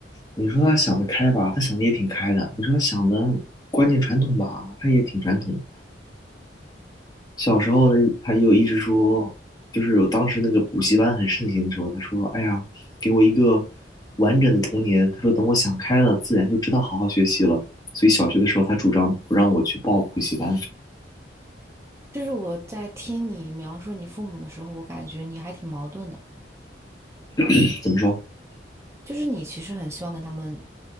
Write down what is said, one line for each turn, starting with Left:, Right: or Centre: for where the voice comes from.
Left: 你说他想得开吧，他想的也挺开的；你说他想的观念传统吧，他也挺传统的。小时候呢，他就一直说，就是我当时那个补习班很盛行的时候，他说：“哎呀，给我一个完整的童年。”他说：“等我想开了，自然就知道好好学习了。”所以小学的时候，他主张不让我去报补习班。
Right: 就是我在听你描述你父母的时候，我感觉你还挺矛盾的。
Left: <clears throat> 怎么说？
Right: 就是你其实很希望跟他们